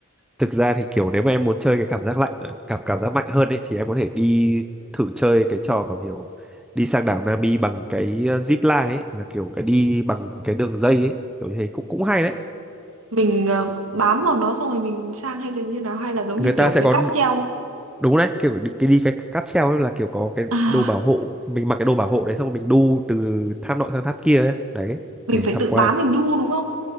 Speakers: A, in the centre; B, on the right (about 75°).
A: thực ra thì kiểu nếu mà em muốn chơi cái cảm giác lạnh ờ, cảm cảm giác mạnh hơn ấy thì em có thể đi thử chơi cái trò mà kiểu đi sang đảo Nami bằng cái ờ, zip line ấy là kiểu cái đi bằng cái đường dây ấy kiểu như thế cũng cũng hay đấy
B: mình ờ, bám vào nó xong rồi mình sang hay là như nào hay là giống
A: người
B: như
A: ta
B: kiểu
A: sẽ
B: cái
A: có
B: cáp treo.
A: đúng đấy kiểu đi, cái đi cái cáp treo ấy là kiểu có cái
B: À
A: đồ bảo hộ mình mặc cái đồ bảo hộ đấy xong rồi mình đu từ tháp nọ sang tháp kia ấy. đấy
B: mình
A: để
B: phải
A: tham
B: tự
A: quan
B: bám mình đu đúng không?